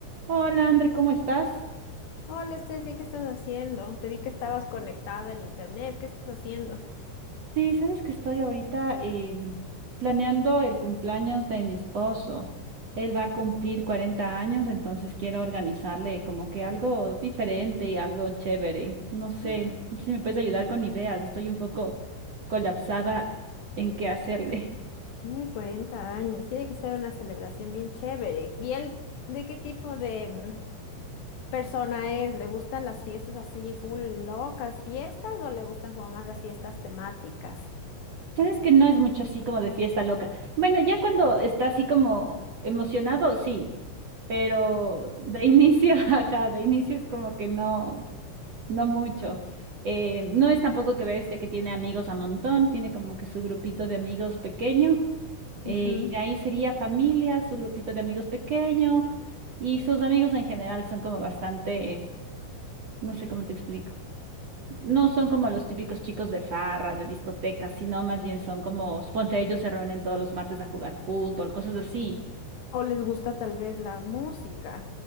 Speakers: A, on the right; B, on the left.
A: Hola, André, ¿cómo estás?
B: Hola, Steffi, ¿qué estás haciendo? Te vi que estabas conectada en internet. ¿Qué estás haciendo?
A: Sí, sabes que estoy ahorita em, planeando el cumpleaños de mi esposo. Él va a cumplir 40 años, entonces quiero organizarle como que algo diferente y algo chévere. No sé
B: <gasps>
A: si me puedes ayudar con ideas. Estoy un poco colapsada en qué hacerle.
B: Muy 40 años. Tiene que ser una celebración bien chévere. ¿Y él de qué tipo de mm, persona es? ¿Le gustan las fiestas así, full locas fiestas o le gustan como más las fiestas temáticas?
A: <laughs> Sabes que no es mucho así como de fiesta loca. Bueno, ya cuando está así como emocionado, sí, pero de inicio, <laughs> ajá, de inicio es como que no. No mucho. Eh, no es tampoco que bestia que tiene amigos a montón, tiene como que su grupito de amigos pequeño, eh,
B: Ujú.
A: y de ahí sería familia, su grupito de amigos pequeño, y sus amigos en general son como bastante, eh, no sé cómo te explico. No son como los típicos chicos de farra, de discotecas, sino más bien son como, suponte ellos se reúnen todos los martes a jugar fútbol, cosas así.
B: ¿O les gusta tal vez la música?